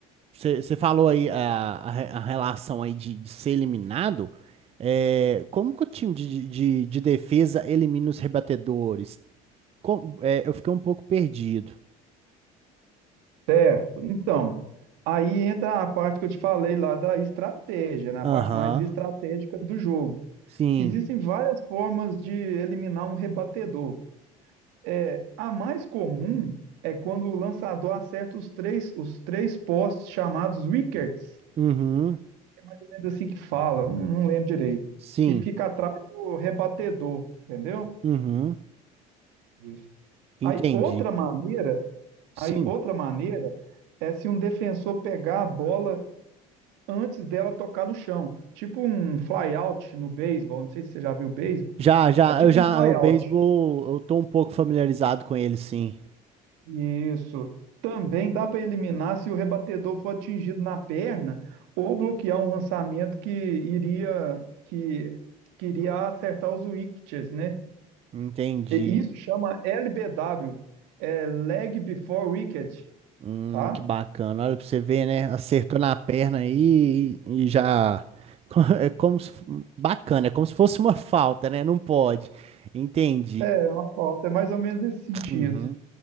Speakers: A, on the right (about 35°); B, on the right (about 75°).
A: Você você falou aí a, a, re- a relação aí de, de ser eliminado. É, como que o time de, de, de defesa elimina os rebatedores? Com- é, eu fiquei um pouco perdido.
B: Certo. Então, aí entra a parte que eu te falei lá da estratégia, né? A
A: Aham.
B: parte mais estratégica do jogo.
A: Sim.
B: Existem várias formas de eliminar um rebatedor. É, a mais comum é quando o lançador acerta os três, os três postes chamados wickets,
A: Uhum.
B: mais ou menos assim que fala, eu não lembro direito,
A: Sim.
B: que fica atrás do rebatedor, entendeu?
A: Uhum.
B: Isso.
A: Entendi.
B: Aí outra maneira
A: Sim.
B: Aí, outra maneira é se um defensor pegar a bola antes dela tocar no chão. Tipo um flyout no beisebol. Não sei se você já viu beisebol.
A: Já, já,
B: É tipo
A: eu já,
B: um flyout.
A: o beisebol, eu tô um pouco familiarizado com ele, sim.
B: Isso. Também dá para eliminar se o rebatedor for atingido na perna ou bloquear um lançamento que iria que, que iria acertar os wickets, né?
A: Entendi.
B: E isso chama LBW, é leg before wicket,
A: Hum,
B: tá?
A: que bacana. Olha pra você ver, né? Acertou na perna aí e, e já. <laughs> É como se... f- Bacana, é como se fosse uma falta, né? Não pode. Entendi.
B: É, é uma falta, é mais ou menos nesse sentido.
A: Uhum.